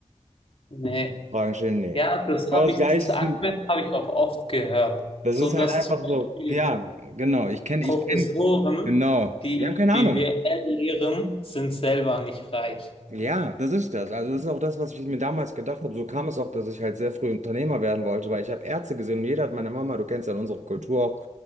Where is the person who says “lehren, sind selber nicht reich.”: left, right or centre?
Left